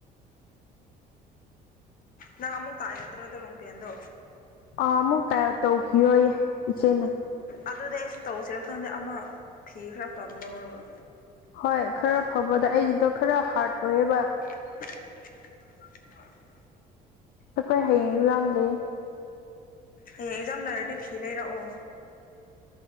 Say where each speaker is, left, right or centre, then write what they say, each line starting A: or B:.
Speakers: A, on the left (about 55°); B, on the left (about 75°).
A: ꯅꯪ ꯑꯃꯨꯛ ꯇꯥꯏꯒꯗ꯭ꯔꯣ ꯗꯣ ꯂꯣꯡ ꯄꯦꯟꯗꯣ
B: ꯑꯥ ꯑꯃꯨꯛ ꯇꯥꯏ ꯇꯧꯈꯤꯔꯣꯏ ꯏꯆꯦꯅ
A: ꯑꯗꯨꯗꯤ ꯑꯩꯁꯨ ꯇꯧꯁꯤꯔ ꯈꯪꯗꯦ ꯑꯃ ꯐꯤ ꯈꯔ ꯐꯕ ꯂꯧꯔꯒ
B: ꯍꯣꯏ ꯈꯔ ꯐꯕꯗ ꯑꯩꯒꯤꯗꯣ ꯈꯔ ꯍꯥꯔꯠ ꯑꯣꯏꯌꯦꯕ
A: ꯑꯥ <unintelligible>
B: ꯑꯈꯣꯏ ꯍꯌꯦꯡ ꯑꯦꯛꯖꯥꯝ ꯂꯩꯌꯦ
A: ꯍꯌꯦꯡ ꯑꯦꯛꯖꯥꯝ ꯂꯩꯔꯗꯤ ꯐꯤ ꯂꯩꯔꯛꯑꯣ